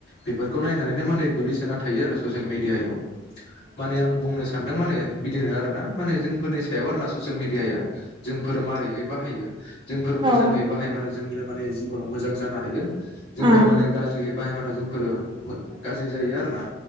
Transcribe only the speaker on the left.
बेफोरखौ नायनानैनो माने गोलैसोना थायो आरो ससियेल मिडियायाव। माने आं बुंनो सा सानदों माने बिदिनो आरोना माने जोंफोरनि सायाव आरो ना ससियेल मिडियाया जोंफोरो मारैहाय बाहायो। जोंफोर
मोजांङै बाहायबानो <unintelligible> जिबनाव मोजां जानो हायो जोंफोर
माने गाज्रियै बाहायबानो जोंफोरो मो गाज्रि जायो आरो ना